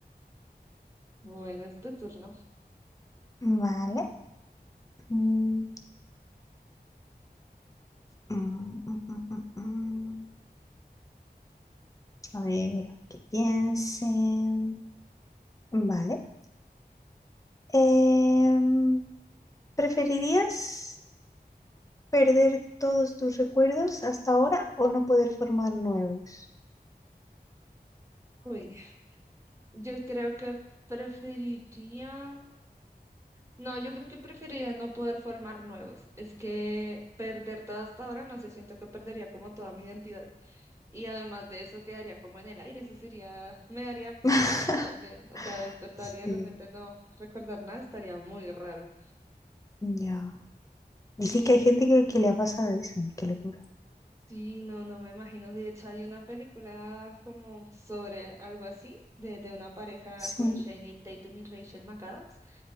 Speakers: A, on the right (about 15°); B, on the left (about 20°).
A: Bueno, es tu turno.
B: Vale. Mm, mm, mm, mm, mm, mm. A ver, deja que piensen. Vale. Em, ¿preferirías perder todos tus recuerdos hasta ahora o no poder formar nuevos?
A: Uy, yo creo que preferiría, no, yo creo que preferiría no poder formar nuevos. Es que perder todo hasta ahora, no sé, siento que perdería como toda mi identidad. Y además de eso quedaría como en el aire, eso sería, me daría pánico
B: <laughs>
A: también. O sea, despertaría
B: Sí,
A: y de repente no recordar nada, estaría muy raro.
B: ya. Dicen que hay gente que, que le ha pasado eso, qué locura.
A: Sí, no, no me imagino. De hecho, hay una película como sobre algo así, de, de una pareja
B: Sí.
A: con Channing Tatum y Rachel McAdams,